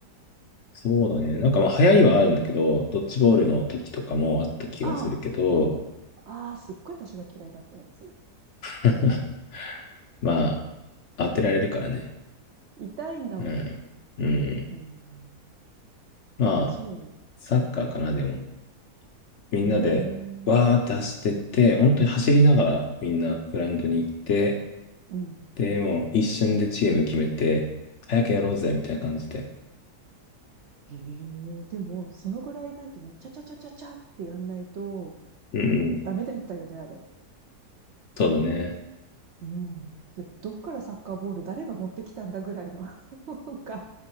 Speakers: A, on the left; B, on the right.
A: そうだね。なんかまあ流行りはあるんだけど、ドッジボールの時とかもあった気がするけど、
B: ああ、ああ、すっごい私が嫌いだったやつ。
A: <laughs> まあ、当てられるからね。
B: 痛いんだもん。
A: うん。うん。
B: うん。
A: まあ、
B: そうなの。
A: サッカーかな、でも。みんなで、
B: うー
A: わーって走ってって、
B: ん。
A: 本当に走りながらみんなグラウンドに行って、
B: うん。
A: で、もう一瞬でチーム決めて、早くやろうぜ、みたいな感じで。
B: ええでも、そのぐらいなんていうの、ちゃちゃちゃちゃちゃってやんないと、
A: うんうん。
B: ダメだったよね、あれ。
A: そうだね。
B: うん。で、どっからサッカーボール誰が持ってきたんだぐらいの <laughs> なんか、